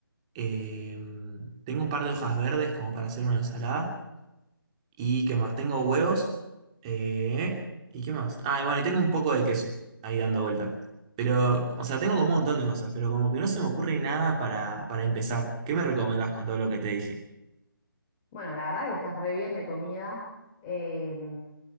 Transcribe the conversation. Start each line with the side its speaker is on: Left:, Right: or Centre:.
Right: Eh, tengo un par de hojas verdes como para hacer una ensalada. ¿Y qué más? Tengo huevos. eh, ¿y qué más? Ah, y bueno, y tengo un poco de queso ahí dando vuelta. Pero, o sea, tengo como un montón de cosas, pero como que no se me ocurre nada para, para empezar. ¿Qué me recomendás con todo lo que te dije?
Left: Bueno, la verdad que estás re bien de comida. Em,